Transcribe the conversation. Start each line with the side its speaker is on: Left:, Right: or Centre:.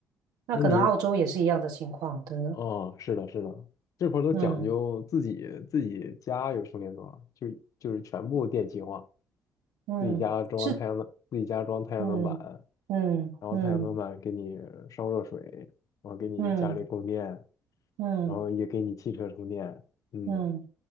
Right: 那可能澳洲也是一样的情况，
Left: 那你
Right: 真的，
Left: 哦，是的，是的，这会儿都讲究自己自己家有充电桩，
Right: 嗯
Left: 就就是全部电气化，
Right: 嗯。
Left: 自己家装太阳能，
Right: 是
Left: 自己家装太阳能板，
Right: 嗯嗯嗯
Left: 然后太阳能板给你烧热水，然后给你家里供电，
Right: 嗯嗯
Left: 然后也给你汽车充电。嗯，
Right: 嗯，